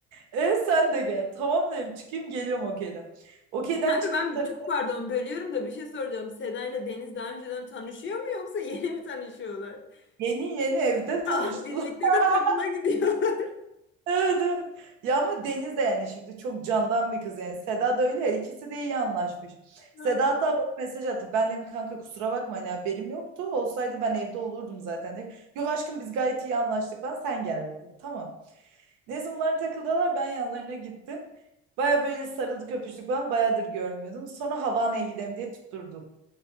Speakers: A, on the right; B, on the left.
A: E sen de gel. Tamam dedim çıkayım geliyorum okeyden. Okeyden
B: Kanka
A: çıktım
B: ben
A: tak-
B: çok pardon bölüyorum da bir şey soracağım. Seda ile Deniz daha önceden tanışıyor mu yoksa yeni mi tanışıyorlar? <laughs>
A: yeni yeni evde tanıştılar.
B: Ah birlikte de
A: <laughs>
B: takıla gidiyorlar. <laughs>
A: Evet, evet. Ya ama Deniz de yani şimdi çok candan bir kız yani. Seda da öyle ya ikisi de iyi anlaşmış. Seda
B: Ha,
A: hatta bak mesaj attı. Ben dedim kanka kusura bakma hani haberim yoktu. Olsaydı ben evde olurdum zaten. dedi. Yok aşkım biz gayet iyi anlaştık falan sen gel dedi. Tamam. Neyse bunlar takıldılar ben yanlarına gittim. Baya böyle sarıldık öpüştük falan bayağıdır görmüyordum. Sonra Havana'ya gidelim diye tutturdu